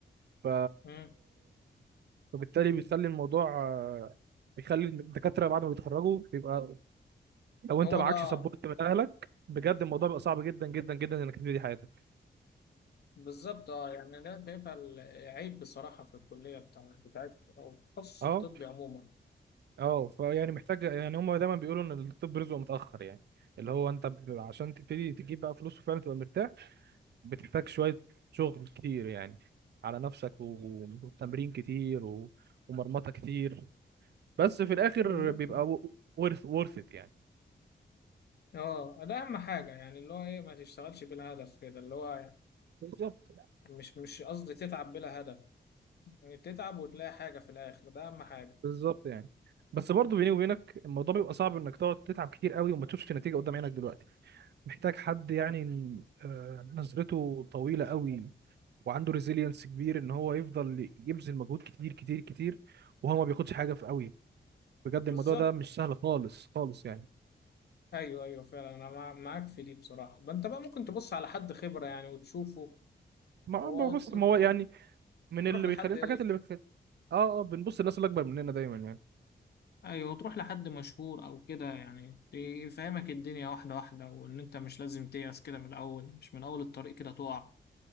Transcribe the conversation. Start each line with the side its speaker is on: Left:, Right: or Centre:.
Right: ف...
Left: مم.
Right: فبالتالي بيخلي الموضوع آه، بيخلي الدكاترة بعد ما بيتخرجوا بيبقى لو
Left: هو
Right: أنت معكش
Left: ده
Right: سبورت من أهلك بجد الموضوع بيبقى صعب جدا جدا جدا إنك تبتدي حياتك
Left: بالظبط اه يعني انا شايفها ال- عيب بصراحه في الكليه بتاع بتاعت او التخصص
Right: اه
Left: الطبي عموما
Right: اه فيعني محتاج يعني هم دايما بيقولوا إن الطب رزقه متأخر يعني اللي هو أنت ب... عشان تبتدي تجيب بقى فلوس وفعلا تبقى مرتاح بتحتاج شوية شغل كتير يعني على نفسك و- وتمرين كتير و... ومرمطة كتير بس في الآخر
Left: بالظبط
Right: بيبقى ورث ورث ات يعني
Left: اه ده اهم حاجه يعني اللي هو ايه ما تشتغلش بلا هدف كده اللي هو يعني
Right: بالظبط
Left: مش مش قصدي تتعب بلا هدف يعني تتعب وتلاقي حاجه في الاخر ده اهم حاجه
Right: بالظبط يعني بس برضه بيني وبينك الموضوع بيبقى صعب انك تقعد تتعب كتير قوي وما تشوفش نتيجة قدام عينك دلوقتي محتاج حد يعني آه، نظرته طويلة قوي وعنده ريزيلينس كبير ان هو يفضل يبذل مجهود كتير كتير كتير وهو ما بياخدش حاجة في قوي بجد الموضوع
Left: بالظبط
Right: ده مش سهل خالص خالص يعني
Left: ايوه ايوه فعلا انا مع- معاك في دي بصراحه ما انت بقى ممكن تبص على حد خبره يعني وتشوفه
Right: ما
Left: هو
Right: ما- بص
Left: ت-
Right: ما
Left: ت-
Right: هو يعني من
Left: تروح
Right: اللي
Left: لحد
Right: بيخلي الحاجات اللي بتخلي اه اه بنبص الناس اللي اكبر مننا دايما يعني
Left: ايوه تروح لحد مشهور او كده يعني يفهمك الدنيا واحده واحده وان انت مش لازم تيأس كده من الاول مش من اول الطريق كده تقع